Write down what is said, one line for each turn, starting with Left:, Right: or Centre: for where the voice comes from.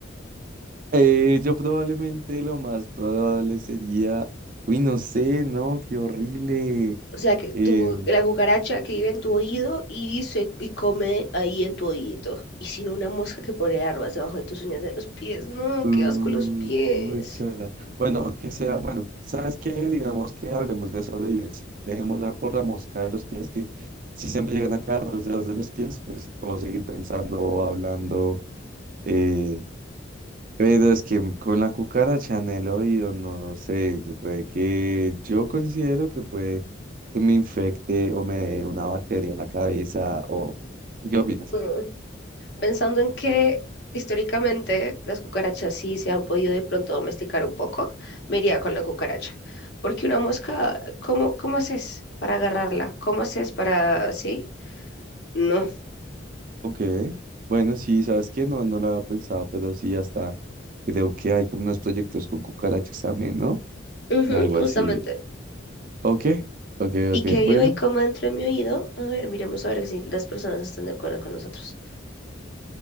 Right: Eh, yo probablemente lo más probable sería, uy, no sé, no, qué horrible.
Left: O sea, que tu,
Right: Em,
Left: la cucaracha que vive en tu oído y, se, y come ahí en tu oído. Y si no, una mosca que pone larvas debajo de tus uñas de los pies. No,
Right: uh,
Left: qué asco los pies.
Right: úchala. bueno, que sea, bueno, ¿sabes qué? Digamos que hablemos de sobrevivencia. Dejémosla por la mosca de los pies, que si se me llegan a caer los dedos de los pies, pues puedo seguir pensando, hablando. eh, Pero es que con la cucaracha en el oído, no lo sé, puede que yo considero que puede que me infecte o me dé una bacteria en la cabeza o... ¿Qué opinas?
Left: Mm. Pensando en que históricamente las cucarachas sí se han podido de pronto domesticar un poco, me iría con la cucaracha. Porque una mosca, ¿cómo, cómo haces para agarrarla? ¿Cómo haces para... sí? No.
Right: Ok, bueno, sí, ¿sabes qué? No, no lo había pensado, pero sí, hasta creo que hay como unos proyectos con cucarachas también, ¿no?
Left: Ujú,
Right: Algo
Left: justamente.
Right: así. Ok, ok,
Left: Y
Right: ok,
Left: que
Right: bueno,
Left: viva y coma dentro de mi oído. A ver, miremos a ver si las personas están de acuerdo con nosotros.